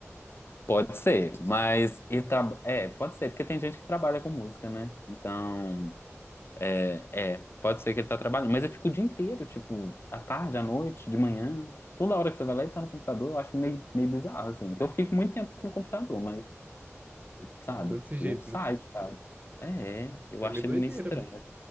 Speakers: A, on the left; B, on the right.
A: Pode ser, mas ele tra... é, pode ser, porque tem gente que trabalha com música, né? Então, é, é, pode ser que ele tá trabalhando, mas ele fica o dia inteiro, tipo, à tarde, à noite, de manhã, toda hora que você vai lá ele tá no computador, eu acho meio, meio bizarro, assim, que eu fico muito tempo no computador, mas, sabe,
B: Não desse jeito,
A: eu saio
B: né?
A: de casa. É, eu
B: É
A: acho
B: meio doideira
A: ele meio estranho,
B: mesmo.